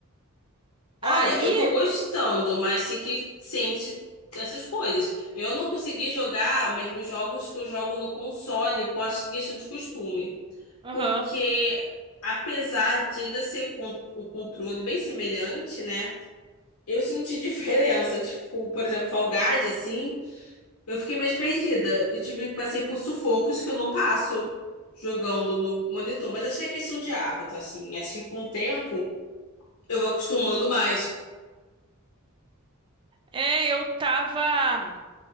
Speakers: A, on the left; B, on the right.
A: Olha,
B: Aí.
A: eu tô gostando, mas tem que sente essas coisas. Eu não consegui jogar mesmo jogos que eu jogo no console, por acho que é questão de costume.
B: Aham.
A: Porque, apesar de ainda ser con- um controle bem semelhante, né? Eu senti diferença, tipo, por exemplo, Fall Guys, assim, eu fiquei mais perdida. Eu tive, passei por sufocos que eu não passo jogando no monitor, mas acho que é questão de hábito, assim. Acho que com o tempo eu vou acostumando mais.
B: É, eu tava.